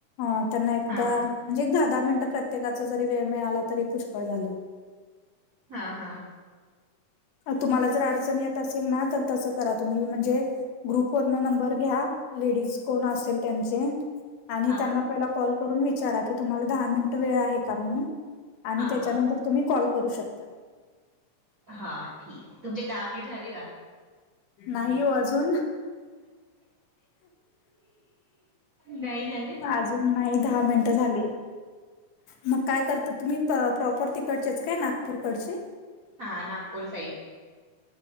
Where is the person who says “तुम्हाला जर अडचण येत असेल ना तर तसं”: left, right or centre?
Left